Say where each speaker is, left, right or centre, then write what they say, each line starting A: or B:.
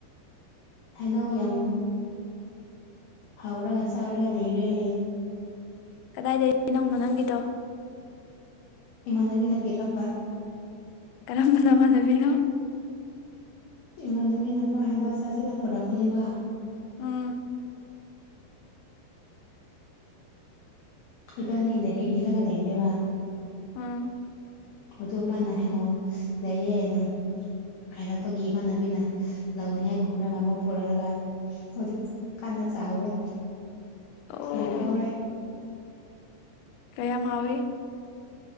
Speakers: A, on the left; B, on the left.
A: ꯍꯥꯏꯩꯅꯧ ꯌꯥꯝ ꯍꯥꯎꯔꯒ ꯆꯥꯔꯒ ꯂꯩꯔꯦ
B: ꯀꯗꯥꯏꯗꯒꯤ ꯅꯪꯅꯣ ꯅꯪꯒꯤꯗꯣ
A: ꯏꯃꯥꯟꯅꯕꯤꯅ ꯄꯤꯔꯛꯄ
B: ꯀꯔꯝꯕ ꯅꯃꯥꯟꯅꯕꯤꯅꯣ
A: ꯏꯃꯥꯟꯅꯕꯤꯅ ꯍꯩꯅꯥꯎ ꯆꯥꯁꯤꯅ ꯄꯨꯔꯛꯄꯅꯦꯕ
B: ꯎꯝ
A: ꯢꯄꯥꯟꯅꯤ ꯂꯥꯢꯔꯤꯛ ꯢꯔꯒ ꯂꯩꯕꯅꯦꯕ
B: ꯎꯝ
A: ꯑꯗꯨ ꯃꯥꯥꯢꯅ ꯍꯥꯏꯅꯣ ꯂꯩꯌꯦ ꯅꯪ ꯍꯥꯏꯔꯛꯄꯒꯤ ꯏꯃꯥꯟꯅꯕꯤꯅ ꯂꯧꯅꯤꯡꯉꯥꯏ ꯀꯨꯝꯅꯒ ꯑꯃꯨꯛ ꯄꯨꯔꯛꯑꯒ ꯍꯧꯖꯤꯛ ꯀꯥꯟꯅ ꯆꯥꯎꯔꯦ
B: ꯑꯣ
A: ꯌꯥꯝ ꯍꯧꯔꯦ
B: ꯀꯌꯥꯝ ꯍꯥꯎꯏꯤ